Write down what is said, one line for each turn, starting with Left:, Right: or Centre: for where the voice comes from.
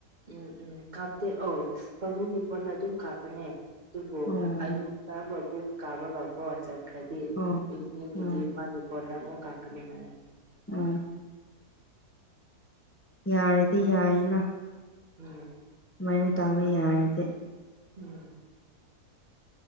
Right: ꯎꯝ ꯎꯝ ꯀꯥꯞꯇꯦ ꯑꯧ ꯄꯥꯕꯨꯡꯒꯤ ꯐꯣꯟꯅ ꯑꯗꯨꯝ ꯀꯥꯞꯄꯅꯦ ꯗꯨꯕꯨ
Left: ꯑꯣ
Right: ꯑ ꯑꯌꯨꯛ ꯇ ꯕꯕꯨꯡ ꯀꯥꯕꯒꯀꯣ ꯆꯠꯈ꯭ꯔꯗꯤ
Left: ꯑꯣ
Right: ꯏꯕꯤꯅꯤꯡꯒꯤꯗꯤ
Left: ꯑꯣ
Right: ꯃꯥꯒꯤ ꯐꯣꯟꯗ ꯑꯃꯨꯛ ꯀꯥꯞꯀꯅꯤ ꯍꯥꯏꯌꯦ
Left: ꯎꯝ ꯌꯥꯔꯗꯤ ꯌꯥꯏꯌꯦꯅ
Right: ꯎꯝ
Left: ꯑꯃꯥꯏꯅ ꯇꯥꯕ ꯌꯥꯔꯗꯤ
Right: ꯎꯝ